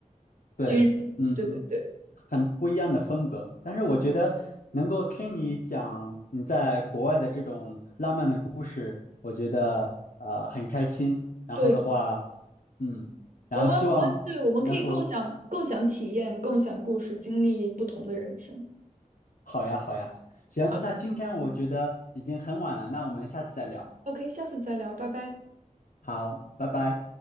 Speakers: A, on the left; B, on the right.
A: 对，
B: 军人，
A: 嗯，
B: 对对对
A: 很不一样的风格。但是我觉得能够听你讲你在国外的这种浪漫的故事，我觉得呃很开心。然后的话，
B: 对，
A: 嗯，然后希望能够
B: 我们我们对，我们可以共享共享体验，共享故事，经历不同的人生。
A: 好呀好呀。行，
B: 啊
A: 那今天我觉得已经很晚了，那我们下次再聊。
B: ，OK，下次再聊，拜拜。
A: 好，拜拜。